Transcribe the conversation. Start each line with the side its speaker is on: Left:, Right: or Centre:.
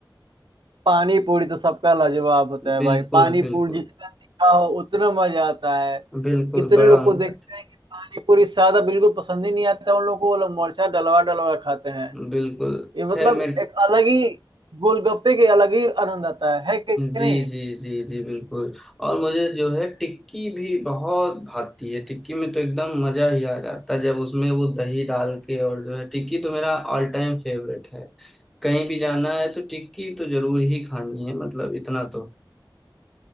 Right: पानी पूरी तो सबका लाजवाब होता है
Centre: बिल्कुल
Right: भाई पानी
Centre: बिल्कुल
Right: पूरी जितना तीखा हो उतना मजा आता है
Centre: बिल्कुल
Right: कितने
Centre: बड़ा
Right: लोग को
Centre: मजा
Right: देखते
Centre: आता
Right: हैं कि पानी पूरी सादा बिल्कुल पसंद ही नहीं आता उन लोगों को वो लोग मिर्चा डलवा डलवा खाते हैं
Centre: है। बिल्कुल
Right: ये मतलब
Centre: खैर मेरे
Right: एक अलग ही गोलगप्पे के अलग ही आनंद आता है है कि
Centre: जी
Right: नहीं
Centre: जी जी जी बिल्कुल और मुझे जो है टिक्की भी बहुत भाती है टिक्की में तो एकदम मजा ही आ जाता है जब उसमें वो दही डाल के और जो है टिक्की तो मेरा ऑल टाइम फेवरेट है कहीं भी जाना है तो टिक्की तो जरूर ही खानी है मतलब इतना तो